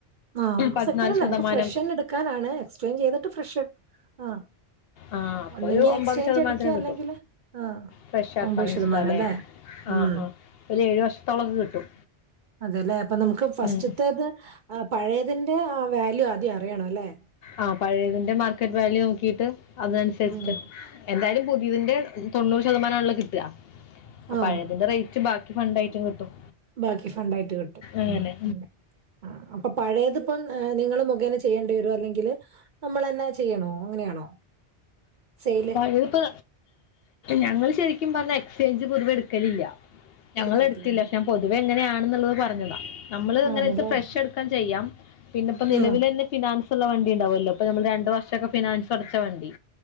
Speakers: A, on the right; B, on the left.
A: ആഹ്,
B: പതിനാല്
A: സെക്കൻ അല്ല
B: ശതമാനം
A: നമുക്ക് ഫ്രഷ്ന്ന എടുക്കാനാണ്, എക്സ്റ്റെച് ചെയ്തിട്ട് ഫ്രഷ ആഹ്
B: ആഹ, അപ്പൊ
A: ഒന്നെങ്കി
B: ഒരു ഒമ്പത്
A: എക്സ്ചേഞ്ച്
B: ശതമാനത്തിന്
A: അടിക്കുക
B: കിട്ടും,
A: അല്ലെങ്കില് ആഹ്
B: ഫ്രഷ ആക്കാനിച്ചിട്ടാല്ലേ?
A: അമ്പത് ശതമാനം അല്ലേ ഉം
B: ആഹ് ആഹ് ഒരു ഏഴ് വർഷത്തോളം ഒക്കെ കിട്ടും.
A: അതെല്ലേ, അപ്പൊ നമുക്ക് ഫസ്റ്റത്തേത്
B: ഉം.
A: പഴയതിന്റെ ആ വാല്യൂ ആദ്യം അറിയണം, അല്ലേ?
B: ആഹ് പഴയതിന്റെ മാർക്കറ്റ് വാല്യൂ നോക്കിട്ട് അതനുസരിച്ചിട്ട്.
A: ഉം
B: എന്തായാലും പുതിയതിന്റെ തൊണ്ണൂറ് ശതമാനമാണല്ലോ കിട്ടുക? അഹ്
A: ആഹ്
B: പഴയതിന്റെ റേറ്റ് ബാക്കി ഫണ്ടായിട്ട് കിട്ടും,
A: ബാക്കി ഫണ്ടായിട്ട് കിട്ടും
B: അങ്ങനെ
A: ഉം ഉം ആഹ് അപ്പൊ പഴയതിപ്പം നിങ്ങൾ മുഖേന ചെയ്യേണ്ടി വരോ, അല്ലെങ്കിൽ നമ്മൾ എന്നാ ചെയ്യണോ, അങ്ങനെയാണോ? സെയില്
B: പഴതിപ്പോ, ഞങ്ങള് ശരിക്കും പറഞ്ഞ എക്സ്ചേഞ്ച് പൊതുവെ എടുക്കലില്ല. ഞങ്ങളടുത്തില്ല,
A: എടുക്കാറില്ലല്ലേ
B: പക്ഷെ ഞാൻ പൊതുവെ ഇങ്ങനെയാണെന്നുള്ളത് പറഞ്ഞതാ. നമ്മൾ അങ്ങനെച്ച
A: ആണല്ലേ
B: ഫ്രഷ് എടുക്കാൻ ചെയ്യാം, പിന്നെപ്പ നിലവിലെ
A: ആഹ്
B: തന്നെ ഫിനാൻസ് ഉള്ള വണ്ടി ഉണ്ടാവുമല്ലോ, ഇപ്പൊ നമ്മൾ രണ്ട് വർഷമൊക്കെ ഫിനാൻസ് അടച്ച വണ്ടി.